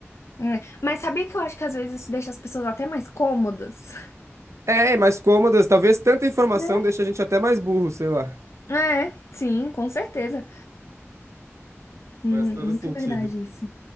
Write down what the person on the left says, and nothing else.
Hum, é. Mas sabia que eu acho que às vezes isso deixa as pessoas até mais cômodas,
né?
É, sim, com certeza. Hum,
muito
verdade isso.